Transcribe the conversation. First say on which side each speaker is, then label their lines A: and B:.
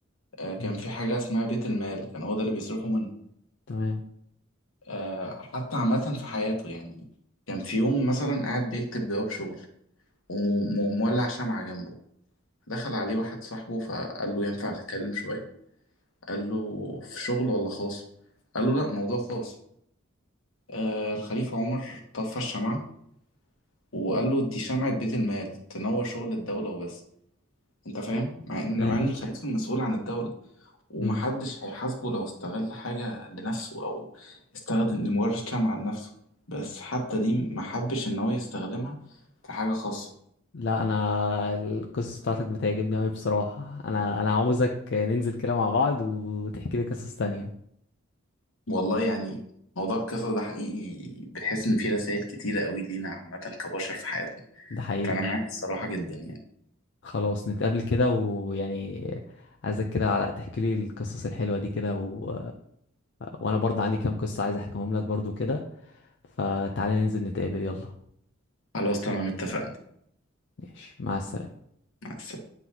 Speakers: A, on the left; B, on the left.
A: آه، كان
B: مم.
A: في حاجة اسمها بيت المال كان هو ده اللي بيصرفوا منه
B: تمام
A: آه، حتى عامة في حياته يعني كان في يوم مثلا قاعد بيكتب جواب شغل ومولع شمعة جنبه دخل عليه واحد صاحبه فقال له ينفع نتكلم شوية قال له في شغل ولا خاص قال له لا موضوع خاص آه، الخليفة عمر طفى الشمعة وقال له دي شمعة بيت المال تنور شغل الدولة وبس انت فاهم مع ان
B: فهمتك
A: مع ان الخليفة المسؤول عن الدولة ومحدش
B: امم
A: هيحاسبه لو استغل حاجة لنفسه أو استخدم لمجرد شمعة لنفسه بس حتى دي محبش إن هو يستخدمها في حاجة خاصة
B: لا انا القصص بتاعتك بتعجبني قوي بصراحة انا انا عاوزك ننزل كده مع بعض وتحكي لي قصص تانية
A: والله يعني موضوع القصص ده حقيقي بحس إن فيه رسائل كتيرة قوي لينا عامة كبشر في حياتنا
B: ده حقيقي
A: فأنا معاك <laughs> الصراحة جدا يعني
B: خلاص نتقابل كده ويعني عايزك كده على تحكي لي القصص الحلوة دي كده و... وانا برضه عندي كام قصة عايز احكيهم لك برضه كده فتعالى ننزل نتقابل يلا
A: خلاص تمام اتفقنا
B: ماشي مع السلامة
A: مع السلامة